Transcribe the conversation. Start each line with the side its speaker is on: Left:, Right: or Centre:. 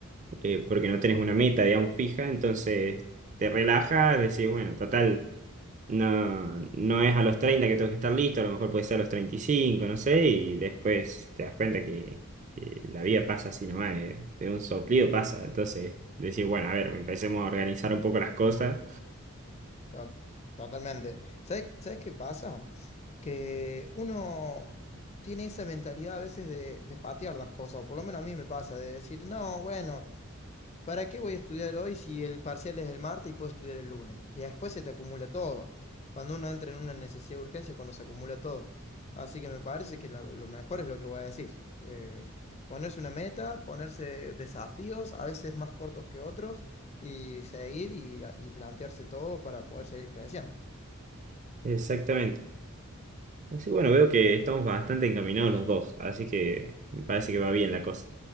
Right: eh, porque no tenés una meta, digamos, fija, entonces te relajas, decís, bueno, total. No, no es a los 30 que tengo que estar listo, a lo mejor puede ser a los treinta y cinco no sé, y después te das cuenta que, que la vida pasa así nomás, de, de un soplido pasa. Entonces, decir, bueno, a ver, empecemos a organizar un poco las cosas.
Left: To- Totalmente. ¿Sabes, sabes qué pasa? Que uno tiene esa mentalidad a veces de, de patear las cosas, o por lo menos a mí me pasa, de decir, no, bueno. ¿Para qué voy a estudiar hoy si el parcial es el martes y puedo estudiar el lunes? Y después se te acumula todo. Cuando uno entra en una necesidad de urgencia es cuando se acumula todo. Así que me parece que lo, lo mejor es lo que vos decís. eh, ponerse una meta, ponerse desafíos, a veces más cortos que otros, y seguir y, y plantearse todo para poder seguir creciendo.
Right: Exactamente. Así bueno, veo que estamos bastante encaminados los dos, así que me parece que va bien la cosa.